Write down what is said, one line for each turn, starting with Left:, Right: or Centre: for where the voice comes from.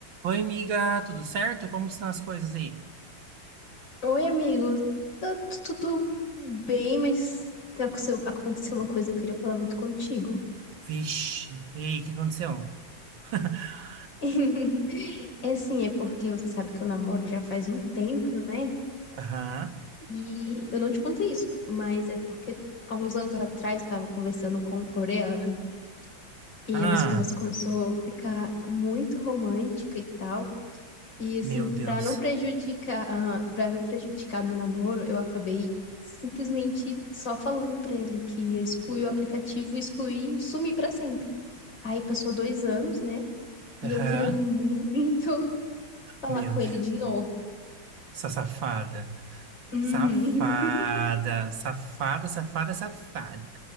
Right: Oi, amiga, tudo certo? Como estão as coisas aí?
Left: Oi, amigo. Tá t- tudo bem, mas aconteceu, aconteceu uma coisa que eu queria falar muito contigo.
Right: Vixe, ei, o que aconteceu? <laughs>
Left: <laughs> É assim, é porque você sabe que eu namoro já faz um tempo, né?
Right: Aham,
Left: E eu não te contei isso, mas é porque alguns anos atrás eu tava conversando com um coreano e
Right: ah,
Left: a nossa conversa começou a ficar muito romântica e tal. E assim,
Right: meu Deus.
Left: pra não prejudicar, ah, para não prejudicar meu namoro, eu acabei simplesmente só falando pra ele que ia excluir o aplicativo, excluir e sumir pra sempre. Aí passou dois anos, né?
Right: Aham,
Left: E eu queria muito <laughs> falar
Right: meu
Left: com
Right: Deus.
Left: ele de novo.
Right: Essa safada.
Left: Uhum.
Right: Safada,
Left: <laughs>
Right: safada, safada, safada.